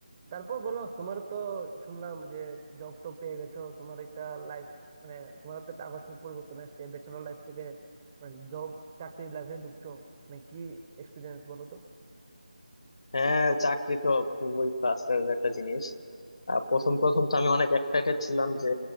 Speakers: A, on the right; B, on the left.
A: তারপর বলো তোমার তো শুনলাম যে জব টব পেয়ে গেছো তোমার একটা লাইফ মানে তোমার তো একটা আকস্মিক পরিবর্তন আসছে ব্যাচেলর লাইফ থেকে মানে জব চাকরির লাইফে ঢুকছো মানে কি এক্সপিরিয়েন্স বলো তো
B: হ্যাঁ চাকরি তো খুবই প্লাস্টারের একটা জিনিস আহ, প্রথম প্রথম তো আমি অনেক এক্সাইটেড ছিলাম যে